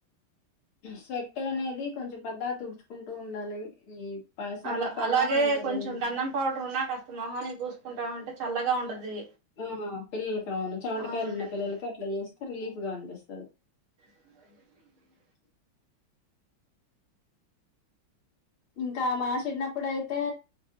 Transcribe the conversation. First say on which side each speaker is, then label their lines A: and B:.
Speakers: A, on the left (about 85°); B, on the right (about 80°).
A: స్వెట్ అనేది కొంచెం పద్దక తుడుచుకుంటూ ఉండాలి ఈ ప సమ్మర్
B: అలా
A: పౌడర్స్
B: అలాగే
A: ఉంటాయి
B: కొంచెం
A: గదండీ!
B: గంధం పౌడర్ ఉన్నా కాస్త మొహానికి పూసుకుంటా అంటే చల్లగా ఉండది
A: ఆ పిల్లలకి అవును చమటకాయలు
B: అవునండి
A: ఉన్న పిల్లలకి అట్లా చేస్తే రిలీఫ్ గా అనిపిస్తది
B: <inaudible>
A: <inaudible> ఇంకా మా చిన్నప్పుడయితే